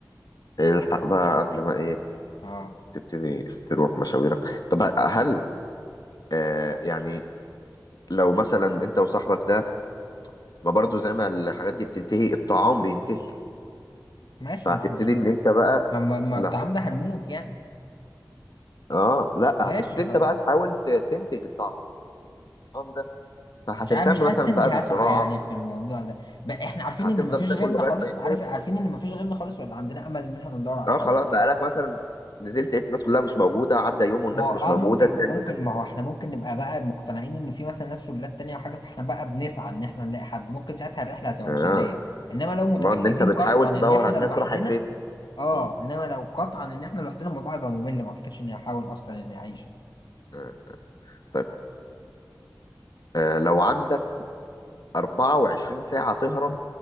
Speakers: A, on the left; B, on the left.
A: الحق بقى قبل ما ايه
B: اه
A: تبتدي تروح مشاويرك طب هل آه يعني لو مثلا انت وصاحبك ده ما برضو زي ما الحاجات دي بتنتهي الطعام بينتهي
B: ماشي
A: فهتبتدي
B: مش مشكلة
A: ان انت بقى
B: ما ما ما
A: لا
B: الطعام ده هنموت يعني
A: اه لا
B: ماشي
A: هتبتدي
B: خلاص
A: انت بقى تحاول ت- تنتج الطعام ده فهتهتم
B: مش عارف مش
A: مثلا
B: حاسس اني
A: بقى بالزراعه
B: هسعى يعني في الموضوع ده بقى احنا عارفين
A: هتفضل
B: ان مفيش
A: تاكل
B: غيرنا
A: لغايه
B: خالص
A: ما ينتهي
B: عارف عارفين ان مفيش غيرنا خالص ولا عندنا امل ان احنا ندور على
A: اه
B: حد
A: خلاص
B: وكده
A: بقى لك مثلا نزلت لقيت الناس كلها مش موجوده عدى يوم والناس
B: ما هو-
A: مش
B: اه
A: موجوده
B: ممكن
A: التاني
B: ممكن
A: والناس
B: ما هو احنا ممكن نبقى بقى مقتنعين ان في مثلا ناس في بلاد تانية او حاجة فاحنا بقى بنسعى ان احنا نلاقي حد ممكن ساعتها الرحلة هتبقى
A: اه
B: مسلية انما لو متأكدين
A: ما ان انت بتحاول
B: قطعا ان
A: تدور
B: احنا
A: على الناس
B: لوحدنا
A: راحت فين
B: اه
A: مم.
B: انما لو قطعا ان احنا لوحدنا الموضوع هيبقى ممل ما اعتقدش اني هحاول اصلا اني اعيش
A: آه. طيب آه لو عندك 24 ساعه تهرب